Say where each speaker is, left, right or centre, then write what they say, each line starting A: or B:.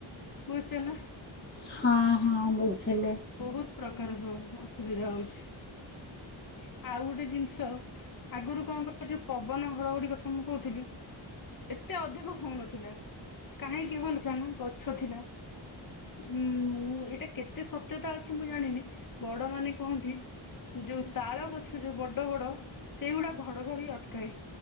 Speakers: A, on the left (about 45°); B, on the left (about 25°).
A: ବୁଝିଛ ନା
B: ହଁ ହଁ ବୁଝିଲେ
A: ବହୁତ ପ୍ରକାରର ଅସୁବିଧା ହଉଛି । ଆଉ ଗୋଟେ ଜିନିଷ ଆଗରୁ କଣ କ ପବନ ହଡଘଡି କଥା ମୁଁ କହୁଥିଲି ଏତେ ଅଧିକ ହଉନଥିଲା କାହିଁକି ହଉନଥିଲା ନା ଗଛ ଥିଲା ଉଁ ମୁଁ ଏଇଟା କେତେ ସତ୍ୟତା ଅଛି ମୁଁ ଜାଣିନି ବଡ ମାନେ କୁହନ୍ତି । ଯୋଉ ତାଳ ଗଛ ଯୋଉ ବଡ ବଡ ସେଇଗୁଡା ଘଡଘଡି ଅଟକାଏ